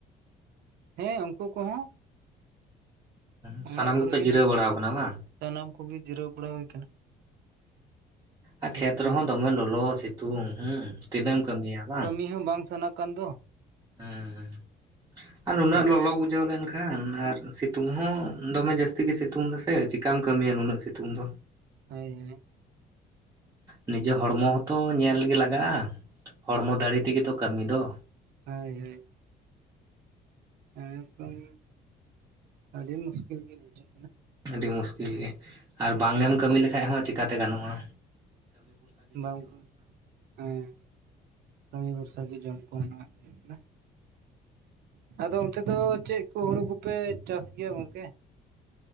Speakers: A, on the right; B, on the right.
A: ᱦᱮᱸ ᱩᱱᱠᱩ ᱠᱚᱦᱚᱸ
B: ᱥᱟᱱᱟᱢ
A: ᱚᱲᱟᱜ ᱠᱚᱨᱮ
B: ᱜᱮᱯᱮ
A: ᱜᱮ
B: ᱡᱤᱨᱟᱹᱣ
A: ᱱᱟᱦᱟᱜ
B: ᱵᱟᱲᱟᱣ ᱠᱟᱱᱟ ᱵᱟᱝ
A: ᱥᱟᱱᱟᱢ ᱠᱚᱜᱮ ᱡᱤᱨᱟᱹᱣ ᱵᱟᱲᱟ ᱦᱩᱭ ᱠᱟᱱᱟ
B: ᱟᱨ ᱠᱷᱮᱛ
A: ᱮᱠᱫᱚᱢ
B: ᱨᱮᱦᱚᱸ ᱫᱚᱢᱮ ᱞᱚᱞᱚ ᱥᱤᱛᱩᱝ ᱦᱩᱸ ᱛᱤᱱᱟᱹᱜ ᱮᱢ ᱠᱟᱹᱢᱤᱭᱟ ᱵᱟᱝ
A: ᱤᱧ ᱦᱚᱸ ᱵᱟᱝ ᱥᱟᱱᱟᱜ ᱠᱟᱱ ᱫᱚ
B: ᱦᱩᱸ ᱦ ᱟᱨ ᱱᱩᱱᱟᱹᱜ
A: ᱠᱟᱹᱢᱤ
B: ᱞᱚᱞᱚ ᱵᱩᱡᱟᱹᱣ ᱞᱮᱱᱠᱷᱟᱱ ᱟᱨ ᱥᱤᱛᱩᱝ ᱦᱚᱸ ᱫᱚᱢᱮ ᱡᱟᱹᱥᱛᱤ ᱜᱮ ᱥᱤᱛᱩᱝ ᱫᱟᱢᱮ ᱪᱤᱠᱟᱢ ᱠᱟᱹᱢᱤᱭᱟ ᱱᱩᱱᱟᱹᱜ ᱥᱤᱛᱩᱝ ᱫᱚ
A: ᱦᱭ ᱡᱮ
B: ᱱᱤᱡᱮ ᱦᱚᱲᱢᱚ ᱦᱚᱸᱛᱚ ᱧᱮᱞᱜᱮ ᱞᱟᱜᱟᱜ-ᱟ ᱦᱚᱲᱢᱚ ᱫᱟᱲᱮ ᱛᱮᱜᱮ ᱛᱚ ᱠᱟᱹᱢᱤ ᱫᱚ
A: ᱦᱳᱭ ᱦᱳᱭ ᱮᱸᱠᱫᱚᱢ ᱟᱹᱰᱤ ᱢᱩᱥᱠᱤᱞ ᱜᱮ ᱵᱩᱡᱷᱟᱣ ᱠᱟᱱ
B: ᱟᱹᱰᱤ ᱢᱩᱥᱠᱤᱞ ᱜᱮ ᱟᱨ ᱵᱟᱝ ᱮᱢ ᱠᱟᱹᱢᱤ ᱞᱮᱠᱟᱱᱡ ᱦᱚᱸ ᱪᱤᱠᱟᱛᱮ ᱜᱟᱱᱚᱜ-ᱟ
A: ᱵᱟᱝ ᱦᱮᱸ ᱠᱟᱹᱢᱤ ᱵᱷᱚᱨᱥᱟ ᱜᱮ ᱡᱚᱢ ᱠᱚᱦᱚᱸ ᱦᱩᱭᱩᱜ ᱠᱟᱱᱟ ᱟᱫᱚ ᱚᱱᱛᱮ ᱫᱚ ᱪᱮᱫ ᱠᱚ ᱦᱩᱲᱩ ᱠᱚᱯᱮ ᱪᱟᱥ ᱜᱮᱭᱟ ᱜᱚᱝᱠᱮ?